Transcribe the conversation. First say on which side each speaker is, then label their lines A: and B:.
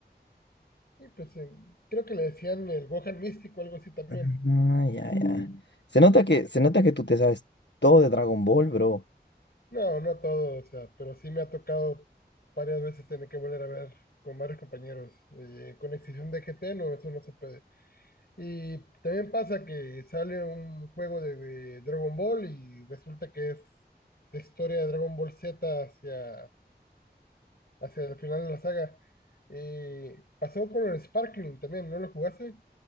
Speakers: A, on the left (about 65°); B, on the left (about 80°).
A: Y pues eh, creo que le decían el Gohan místico, algo así también.
B: Ah, ya, ya. Mm. Se nota que, se nota que tú te sabes todo de Dragon Ball, bro.
A: No, no todo, o sea, pero sí me ha tocado varias veces tener que volver a ver con varios compañeros. Eh, con excepción de GT, no, eso no se puede. Y también pasa que sale un juego de, de Dragon Ball y resulta que es de historia de Dragon Ball Z hacia hacia el final de la saga. Eh, pasó con el Sparkling también, ¿no lo jugaste?